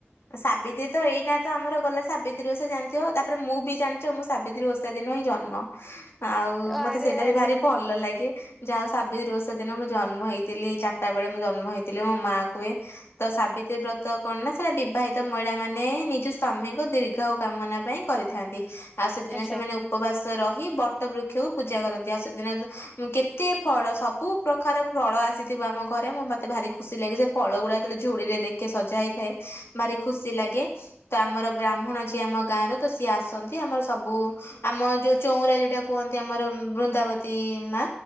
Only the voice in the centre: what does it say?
ଆରେ
ଆରେ
ଆଚ୍ଛା